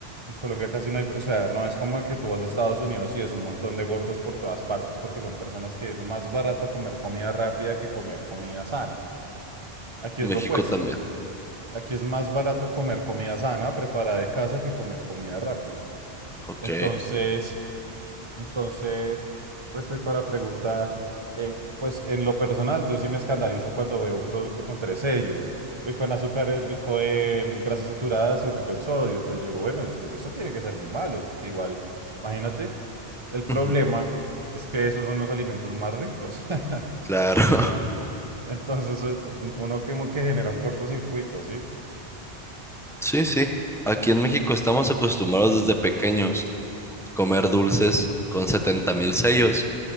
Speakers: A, on the right; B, in the centre.
A: En Colombia casi no hay, o sea, no es como que tú vas a Estados Unidos y es un montón de gordos por todas partes, porque son personas que es más barato comer comida rápida que comer comida sana. Aquí
B: México
A: es lo opuesto.
B: también.
A: Aquí es más barato comer comida sana, preparada en casa, que comer comida rápida.
B: Ok.
A: Entonces, entonces, respecto a la pregunta, eh, pues en lo personal, yo sí me escandalizo cuando veo un producto con tres sellos, rico en azúcares, rico en grasas saturadas y rico en sodio. Entonces yo digo, bueno, esto, esto tiene que ser muy malo, porque igual, imagínate, el problema
B: Ujú,
A: es que esos son los alimentos más ricos. <laughs>
B: Claro. <laughs>
A: Entonces, eh, uno como que genera un cortocircuito, ¿sí?
B: Sí, sí. Aquí en México estamos acostumbrados desde pequeños a comer dulces con setenta mil sellos,